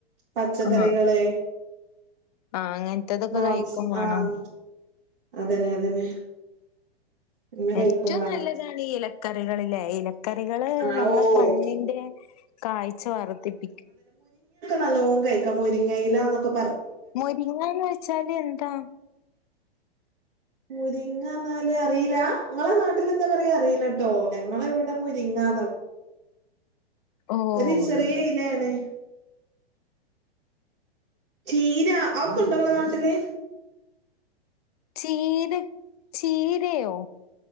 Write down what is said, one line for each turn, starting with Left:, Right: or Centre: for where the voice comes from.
Right: പച്ചക്കറികള്
Left: ആഹ് ആഹ് അങ്ങനത്തതൊക്കെ
Right: മാംസ
Left: കഴിക്കും വേണം.
Right: ആഹ് അതന്നെ അതന്നെ ഇങ്ങനെ കഴിക്കും
Left: ഏറ്റവും
Right: വേണം
Left: നല്ലതാണ് ഈ ഇലക്കറികളിലേ ഇല കക്കറികള്
Right: ആഹ്
Left: നമ്മളെ
Right: ഓഹ്
Left: കണ്ണിന്റെ കാഴ്ച വർധിപ്പിക്കും
Right: നല്ലോം കഴിക്കാ മുരിങ്ങയിലന്നൊക്കെ
Left: മുരിങ്ങന്ന് വെച്ചാല് എന്താ
Right: മുരിങ്ങ അർഞ്ഞാല് അറീലാ ഇങ്ങളെ നാട്ടിലെന്താ പറയാ അറീലട്ടോ ഞങ്ങളെ ഇവിടെ മുരിങ്ങ ആന്നോ
Left: ഓഹ്
Right: ഒരു ചെറിയ ഇലേണ് ചീര ആക്കൊണ്ടോ ഇങ്ങളെ നാട്ടില്
Left: ചീര ചീരയോ